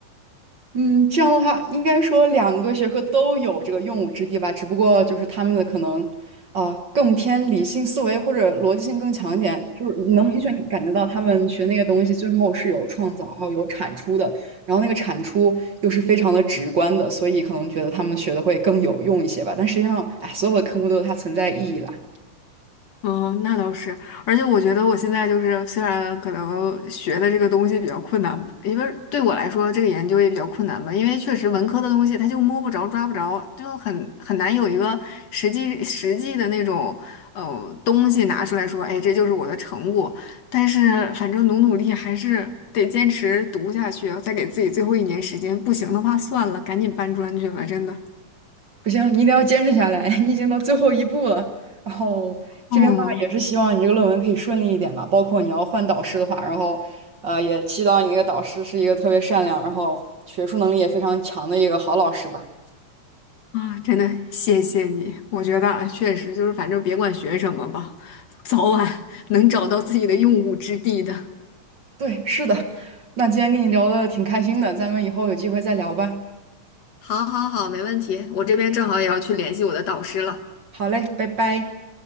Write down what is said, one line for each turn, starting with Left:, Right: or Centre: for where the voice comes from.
Right: 嗯，这样的话，应该说两个学科都有这个用武之地吧，只不过就是他们的可能，啊、更偏理性思维或者逻辑性更强一点，就是你能明显感觉到他们学那个东西最后是有创造，还有有产出的，然后那个产出又是非常的直观的，所以可能觉得他们学的会更有用一些吧。但实际上，哎，所有的科目都有它存在意义啦。
Left: 嗯，那倒是，而且我觉得我现在就是，虽然可能学的这个东西比较困难，因为对我来说这个研究也比较困难吧，因为确实文科的东西它就摸不着、抓不着，就很很难有一个实际实际的那种呃东西拿出来说，哎，这就是我的成果。但是反正努努力还是得坚持读下去，再给自己最后一年时间，不行的话算了，赶紧搬砖去吧，真的。
Right: 不行，你一定要坚持下来，<laughs> 你已经到最后一步了。然后这边的话也是希望你这个论文可以顺利一点吧，
Left: 哦。
Right: 包括你要换导师的话，然后呃也祈祷你那个导师是一个特别善良，然后学术能力也非常强的一个好老师吧。
Left: 啊，真的谢谢你，我觉得啊确实就是反正别管学什么吧，早晚 <laughs> 能找到自己的用武之地的。
Right: 对，是的。那今天跟你聊的挺开心的，咱们以后有机会再聊吧。
Left: 好，好，好，没问题。我这边正好也要去联系我的导师了。
Right: 好嘞，拜拜。